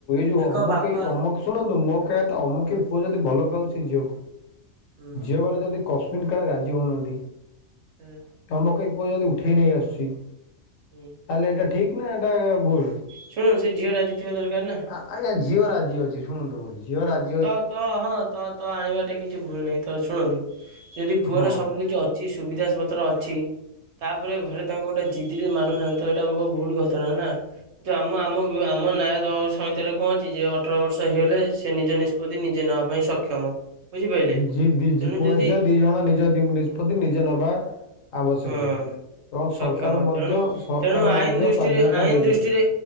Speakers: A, on the left; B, on the right.
A: ଯ
B: ଏକ
A: ଅମକ
B: ବାପା
A: ଅମକ ଶୁଣନ୍ତୁ ମୋ କହ ଅମୁକ
B: ହୁଁ
A: ପୁଅ ଯଦି ଭଲ ପାଉଛି ଝିଅକୁ
B: ହୁଁ
A: ଝିଅ ଘରେ ଯଦି କଶ୍ମିିନ କାଳେ ରାଜି ହଉନାହାନ୍ତି
B: ହୁଁ।
A: ଚମକ ପୁଅ ଯଦି ଉଠେଇ ନେଇ ଆସୁଛି ତାହେଲେ
B: ହୁଁ
A: ଏଇଟା ଠିକ ନା ଏଇଟା ଭୁଲ?
B: ଶୁଣନୁ ସେଇ ଝିଅଟା ଆଜି ଥିବା ଦରକାର ନା।
A: ଆଜ୍ଞା ଝଅ ରାଜି ଅଛି ଶୁଣନ୍ତୁ ଝିଅ ରାଜ
B: ତ ତ ହଁ ତ ତ ଆଣିବାଟେ କିଛି ଭୁଲ ନାହିଁ ତ ଶୁଣନ୍ତୁ ଯଦି ପୁଅର
A: ହଁ
B: ସବୁ କିଛି ଅଛି କିଛି ସୁବିଧା ପତ୍ର ଅଛି ତାପରେ ଘରେ ତାଙ୍କ ଗୋଟେ ଜିଦି ମାନୁନାହାନ୍ତି ତ ଏଇଟା ଗୋ ଭୁଲ ଘଟଣା ନା। କିନ୍ତୁ ଆମ ଆମ ଆମ ନାନ୍ୟାୟ ସହିତାରେ କଣଛି ଯେ ଅଠର ବର୍ଷ ହେଇଗଲେ ସେ ନିଜ ନିଜେ ନବା ପାଇଁ ସକ୍ଷମ। ବୁଝିପାରିଲେ
A: ଜ ଦି
B: ତେଣୁ
A: ପୁଅ
B: ଯଦି
A: ଝିଅ ଦି ଜଣ ନିଜ ନିଷ୍ପତ୍ତି ନିଜେ ନବା ଆବଶ୍ୟକୀୟ
B: ହଁ
A: ଏବଂ
B: ସକ୍ଷମ
A: ସରକାର ମଧ୍ୟ
B: ତେଣୁ
A: ସରକାର
B: ତେଣୁ ଆଇନ
A: ମଧ୍ୟ
B: ଦୃଷ୍ଟିରେ
A: ସ୍ଵାଧୀନତା
B: ଆଇନ
A: ଦେଇଛନ୍ତି।
B: ଦୃଷ୍ଟିରେ